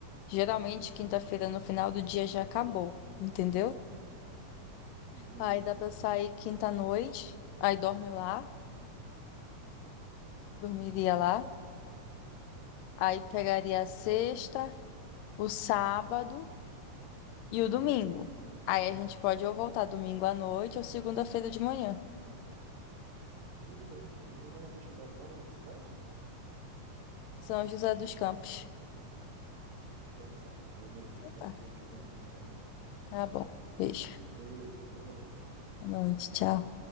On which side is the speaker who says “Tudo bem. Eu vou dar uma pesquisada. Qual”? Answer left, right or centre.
Right